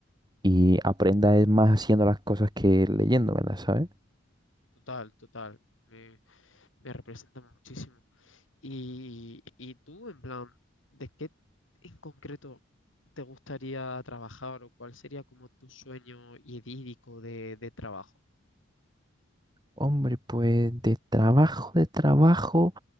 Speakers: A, on the right; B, on the left.
A: y aprenda es más haciendo las cosas que leyéndomelas, ¿sabes?
B: Total, total. Me, me representa muchísimo. Y, y tú, en plan, ¿de qué en concreto te gustaría trabajar o cuál sería como tu sueño idílico de, de trabajo?
A: Hombre, pues de trabajo, de trabajo,